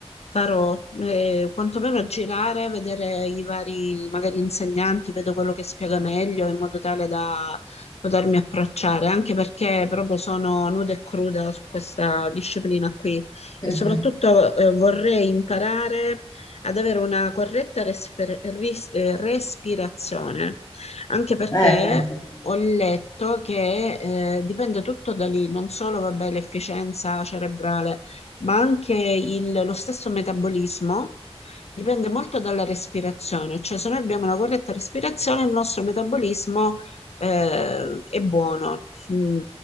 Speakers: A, on the left; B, on the left.
A: farò, eh, quantomeno girare, vedere i vari magari insegnanti, vedo quello che spiega meglio in modo tale da potermi approcciare, anche perché proprio sono nuda e cruda su questa disciplina qui e
B: Mhm.
A: soprattutto eh, vorrei imparare ad avere una corretta resper- ris- eh, respirazione, anche perché
B: Eh, quello è importante.
A: ho letto che eh, dipende tutto da lì, non solo vabbè, l'efficienza cerebrale, ma anche il- lo stesso metabolismo dipende molto dalla respirazione, cioè se noi abbiamo una corretta respirazione il nostro metabolismo eh, è buono mm,